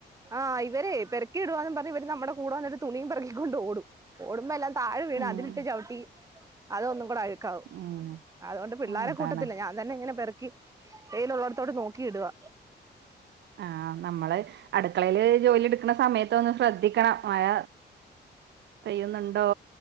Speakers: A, on the right; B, on the right.
A: ആഹ് ഇവരെ പെറ്ക്കി ഇടുവാന്നും പർണ് ഇവര് നമ്മടെ കൂടെ വന്ന്ട്ട് തുണിയും പെറക്കിക്കൊണ്ട് ഓടും ഓടുമ്പാെ എല്ലാം താഴെ വീണ്
B: ഉം
A: അതിലിട്ട് ചവിട്ടി അതൊന്നും കൂടെ അഴ് ക്കാവും
B: ഉം
A: അതാേണ്ട് പിള്ളാരെ
B: അതാണ്
A: കൂട്ടത്തില്ല ഞാൻ തന്നെ ഇങ്ങനെ പെറ്ക്കി വെെലുള്ളോട്ത്തോട് നോക്കി ഇടുവാ
B: ആഹ് നമ്മള് അട്ക്കളേല് ജോലി ഇട്ക്ക്ണ സമയത്ത് ഒന്ന് ശ്രദ്ധിക്കണം മഴ പെയ്യ്ന്ന്ണ്ടോ